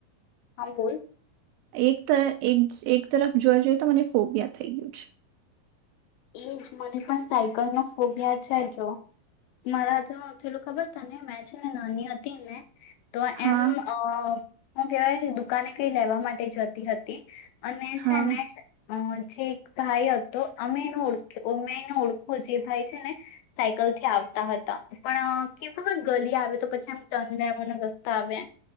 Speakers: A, on the left; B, on the right.
A: હ બોલ
B: એક તર એક તરફ જોવા જઈએ તો મને ફોબિયા થઈ ગયું છે,
A: એ જ મને પણ સાયકલ ન ફોબિયા છે જો મારા તુ પેલું ખબર તને મેં છે ને નાની હતી ને તો
B: હા
A: એમ અ હું કેવાય દુકાને કઈ લેવા માટે જતી હતી. અને
B: હા
A: છેને અ છેક ભાઈ હતો અને ઓળખે ઓ મેને ઓળખો જે ભાઈ છે ને સાયકલ થી આવતા હતા પણ કેવું ખબર ગલી આવે તો પછી આમ ટન લેવાનો રસ્તા આવે.